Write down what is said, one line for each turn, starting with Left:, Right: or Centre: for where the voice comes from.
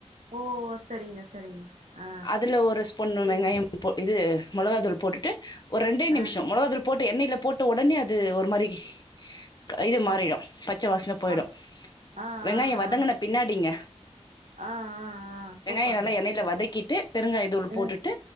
Right: ஓ சரிங்க சரிங்க அ
Left: அதுல ஒரு ஸ்பூன்
Right: ஏ
Left: வெங்காயம் போ இது மொளகா தூள் போட்டுட்டு ஒரு ரெண்டே நிமிஷோ
Right: ஆ
Left: மொளகாதூள் போட்ட எண்ணெயில போட்ட ஒடனே அது ஒரு மாரி கஇது மாறிடு
Right: ஆ
Left: பச்ச வாசன போயிடு
Right: ஆ ஆ ஆ ஆ
Left: வெங்காய வதங்குன பின்னாடிங்க
Right: ஆ ஆ ஆ சூப்பருங்க
Left: வெங்காய நல்லா எண்ணயில வதக்கிட்டு பெருங்காய தூள்
Right: ம்
Left: போட்டுட்டு